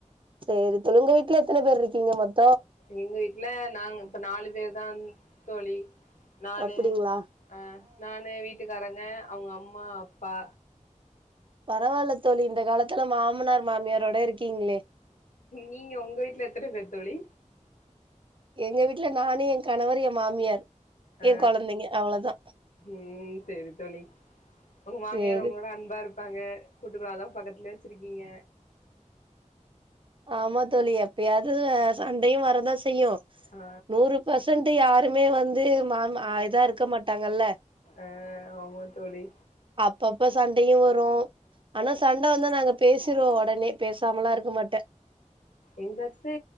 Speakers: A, on the right; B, on the left.
A: சரி தோழி உங்க வீட்டுல எத்தன பேருஇருக் இங்க மட்
B: எங்க வீட்டுல நாங்க இப்ப நாலு பேர்தான் தோழி நானு
A: அப்டிங்களா
B: ஆ நானு வீட்டுக்காரங் ங்க அவங்க அம்மா அப்பா
A: பரவாயில்ல தோழி இந்த காலத்துல மா மனார் மாமியாரோட இருக்கீங்களே
B: நீங்க உங்க வீட்டுல எத்தன பேர் தோழி
A: எங்க வீட்டுல நானு எ கணவர் எ மாமியார்
B: அ
A: என் கொழந்தைங்க அவ்ளோதா
B: உ சரி தோழி உங்க மாமியார்
A: சேரி
B: உங்களோட அன்பா இரு ப்பாங்க கூட்டுக்கறாதா பக்கத்துலயே வச்சிருக்கீங்க
A: ஆமா தோழி எப்பயாது சண்டையு வரதா செய்யு
B: ஆ
A: நூறு பசன்ட் யாருமே வந் து மா இதா இருக்க மாட்டாங்கல்ல
B: ஆ ஆமா தோழி
A: ப்பாப்ப சண்டையு வரு ஆனா சண்ட வந்தா நாங்க பேசிருவோ ஒ உடனே பேசமலா இருக்க மாட்டே
B: எங்க அத்த